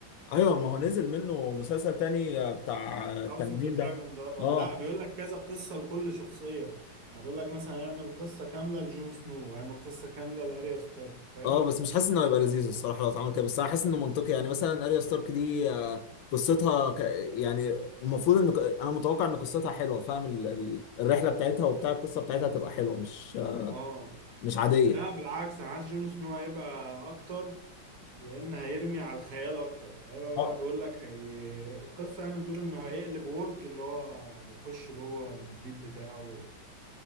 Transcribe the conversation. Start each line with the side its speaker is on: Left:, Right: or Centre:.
Left: ايوه ما هو نزل منه مسلسل تاني آه، بتاع التنانين
Right: هاوس اوف ذا دراجون
Left: ده
Right: ده اه
Left: اه
Right: لا بيقول لك كذا قصه لكل شخصيه يعني بيقول لك مثلا هيعمل قصه كامله لجون سنو وهيعمل قصه كامله لاريا ستارك فاهم
Left: اه بس مش حاسس انه هيبقى لذيذ الصراحه لو اتعمل كده بس انا حاسس انه منطقي يعني مثلا اريا ستارك دي آه، قصتها ك... يعني المفروض ان ك- انا متوقع ان قصتها حلوه فاهم ال... ال... الرحله بتاعتها وبتاع القصه بتاعتها هتبقى حلوه مش آه،
Right: اه
Left: مش عاديه
Right: لا بالعكس انا عايز جون سنو هيبقى اكتر لان هيرمي على الخيال اكتر هيبقى بقى
Left: آه.
Right: بيقول لك هي القصه يعني بتقول انه هيقلب ورج اللي هو بيخش جوه الديب بتاعه